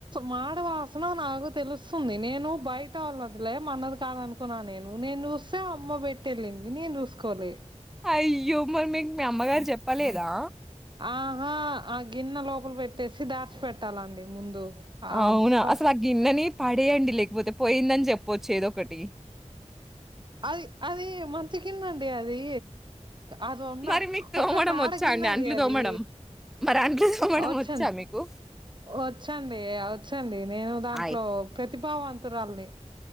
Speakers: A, on the right; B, in the centre.
A: మాడ వాసన నాకు తెలుస్తుంది నేను బయట వాళ్ళదిలే మనది కాదు అనుకున్నా నేను నేను చూస్తే అమ్మ పెట్టి వెళ్ళింది నేను చూసుకోలే
B: అయ్యో మరి మీకు మీ అమ్మగారు చెప్పలేదా
A: ఆహా ఆ గిన్నె లోపల పెట్టేసి దాచి పెట్టాలండి ముందు ఆ
B: ఆవునా
A: ఫస్ట్
B: అసలు ఆ గిన్నె నీ పడేయండి లేకపోతే పోయిందని చెప్పవచ్చు ఏదో ఒకటి
A: అది అది మంచి గిన్నె అండి అది అన్న
B: మరి మీకు తోమడం
A: ఒక కాడ
B: వచ్చా
A: గిన్నె
B: అండి అంట్లు
A: అది
B: తోమడం మరి అంట్లు తోమడం
A: అ వచ్చన్
B: వచ్చా మీకు?
A: వచ్చింది వచ్చండి నేను దాంట్లో
B: ఆయ్
A: భవన్ంత రల్ని